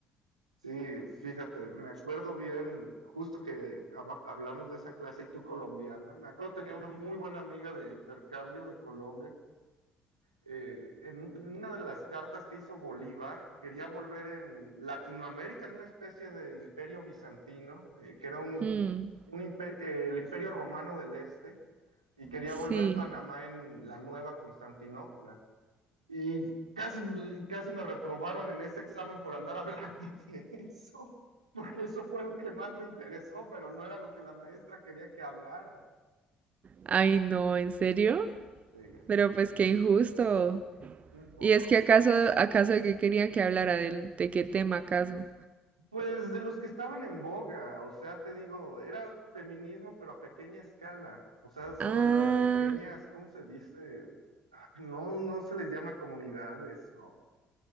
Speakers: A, on the right; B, on the right.
A: Sí, fíjate, me acuerdo bien, justo que hab- hablamos de esa clase y tú colombiana, me acuerdo tenía una muy buena amiga de intercambio de Colombia, eh, en un- en una de las cartas que hizo Bolívar, quería volver en Latinoamérica, en una especie de imperio bizantino, eh, que era un,
B: Mm,
A: un impe- eh, el imperio romano del este, y quería
B: sí.
A: volver Panamá en la nueva Constantinopla. Y casi, casi me reprobaron en ese examen por andar hablando <laughs> de eso, porque eso fue lo que más me interesó, pero no era lo que la maestra quería que hablara.
B: Ay, no, ¿en serio?
A: Sí,
B: Pero pues qué injusto.
A: un poco.
B: ¿Y es que acaso, acaso de qué querían que hablara? ¿De, de qué tema acaso?
A: Pues de los que estaban en boga, o sea, te digo, era feminismo, pero a pequeña escala, o sea, sobre
B: Ah,
A: las pequeñas, ¿cómo se dice? Ah, No, no se les llama comunidades o